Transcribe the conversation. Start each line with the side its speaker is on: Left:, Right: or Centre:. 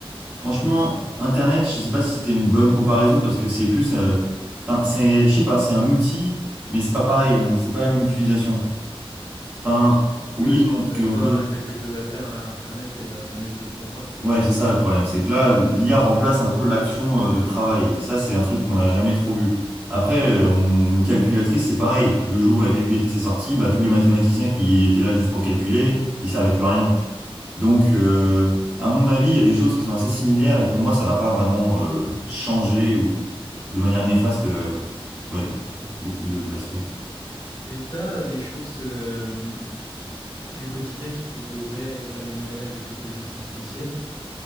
Right: Franchement,
Left: Vingt-cinq ans?
Right: Internet, je sais pas si c'était une bonne comparaison parce que c'est plus, euh, enfin, c'est, je sais pas, c'est un outil, mais c'est pas pareil, on, c'est pas la même utilisation. Enfin, oui
Left: Oui, parce
Right: et non,
Left: que tu
Right: parce
Left: donnes
Right: qu'on
Left: pas
Right: peut,
Left: quelque chose à faire à Internet et Internet te le pond pas.
Right: ouais, c'est ça le problème, c'est que là, l'IA remplace un peu l'action euh, de travail. Et ça, c'est un truc qu'on n'a jamais trop vu. Après, euh, on- une calculatrice, c'est pareil. Le jour où la calculatrice est sortie, bah, tous les mathématiciens qui étaient là juste pour calculer, ils servaient plus à rien. Donc, euh, à mon
Left: C'est
Right: avis,
Left: vrai.
Right: il y a des choses qui sont assez similaires et pour moi, ça va pas vraiment euh, changer ou de manière néfaste, euh, ouais, beaucoup de d'aspects.
Left: Et t'as des choses euh, du quotidien qui pourraient être améliorées avec l'intelligence artificielle?